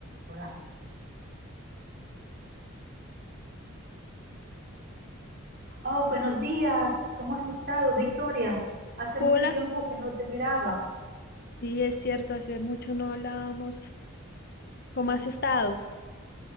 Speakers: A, on the right; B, on the left.
A: Hola. Oh, buenos días. ¿Cómo has estado, Victoria? Hace
B: Hola,
A: mucho tiempo que no te miraba.
B: sí, es cierto, hace mucho no hablábamos. ¿Cómo has estado?